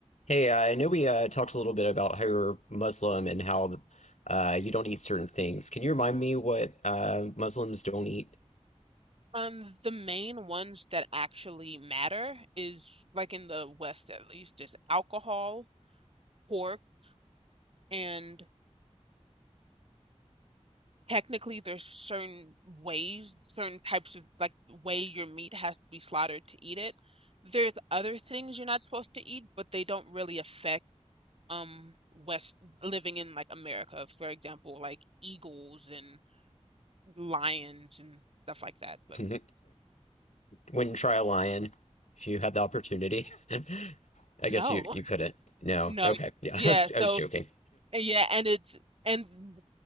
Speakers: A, on the left (about 75°); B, on the right (about 55°).
A: Hey, uh, I know we uh, talked a little bit about how you're Muslim and how uh, you don't eat certain things. Can you remind me what uh, Muslims don't eat?
B: Um, the main ones that actually matter is like in the West at least, is alcohol, pork, and technically there's certain ways, certain types of like way your meat has to be slaughtered to eat it. There's other things you're not supposed to eat, but they don't really affect um West living in like America, for example, like eagles and lions and stuff like that.
A: <laughs>
B: But
A: Wouldn't try a lion if you had the opportunity. <laughs> I
B: no,
A: guess you, you
B: <laughs>
A: couldn't. No.
B: no,
A: Okay. Yeah,
B: yeah,
A: <laughs> I was, I
B: so
A: was joking.
B: yeah, and it's and